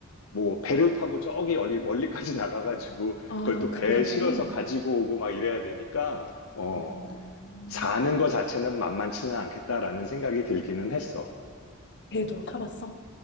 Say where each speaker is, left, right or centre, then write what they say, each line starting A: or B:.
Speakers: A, on the left; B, on the left.
A: 뭐 배를 타고 저기 리 멀리까지 나가가지고
B: 아,
A: 그걸 또 배에
B: 그래야
A: 실어서
B: 돼.
A: 가지고 오고 막 이래야 되니까 어
B: 어, 음.
A: 사는 거 자체는 만만치는 않겠다라는 생각이 들기는 했어.
B: 배도 타봤어?